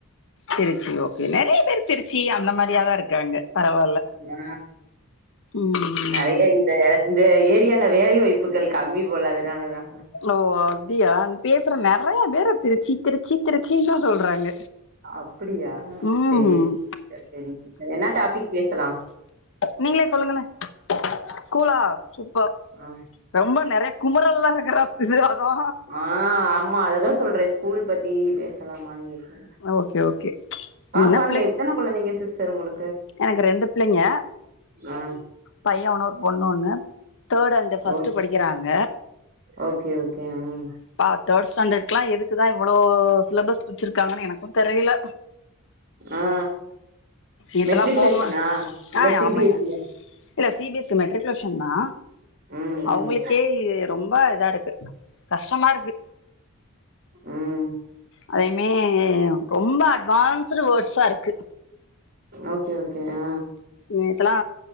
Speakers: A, on the left; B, on the right.
A: திருச்சி ஓகே நறைய பேரு திருச்சி அந்த மாரியாதா இருக்காங்க பரவால்ல
B: நா
A: ம்
B: நறையா இந்த இந்த ஏரியால வேலை வாய்ப்புகள் கம்மி போல அதுனாலதா
A: ஓ அப்டியா பேசுற நெறைய பேரு திருச்சி திருச்சி திருச்சின்தா சொல்றாங்க
B: அப்பிடியா
A: ம்
B: சேரி சிஸ்டர் சேரிங் சிஸ்டர் என்ன டாபிக் பேசுலா
A: நீங்களே சொல்லுங்களே ஸ்கூலா சூப்பர்
B: ஆ
A: ரொம்ப நெறய குமுரல்லா இருக்குற ஸிசு அதா
B: ஆ ஆமா அத தா சொல்றே ஸ்கூல் பத்தி பேசலாமான் கேக்ற
A: ஓகே ஓகே
B: பாப்பாங்க
A: என்ன பிள்ளை
B: எத்தன குழந்தைங்க சிஸ்டர் உங்களு
A: எனக்கு ரெண்டு பிள்ளைங்க
B: ஆ
A: பைய ஒன்னு ஒரு பொண்ணு ஒன்னு தேர்ட் அண்டு ஃபஸ்ட்டு
B: ஓகே
A: படிக்கிறாங்க
B: ஓகே ஓகே ம்
A: பா தேர்ட் ஸ்டாண்டர்க்குலா எதுக்குதா இவளோ சிலபஸ் குடுத்துருக்காங்கனு எனக்கு தெரில
B: ஆ
A: இதெல்லா
B: மெட்ரிகுலேஷனா
A: ஹோம
B: இல்ல
A: ஆ
B: சி
A: ஆமாயா
B: பி எஸ் இ ஆ
A: இல்ல சி பி எஸ் சி மெட்ரிகுலேஷன்தா
B: ம்
A: அவுங்களுக்கே
B: ம்
A: இது ரொம்ப இதாருக்கு கஷ்டமாருக்கு
B: ம்
A: அதேமே ரொம்ப அட்வான்ஸ்டு வேர்ட்ஸா இருக்கு
B: ஓகே ஓகே ஆ
A: நேத்தெலா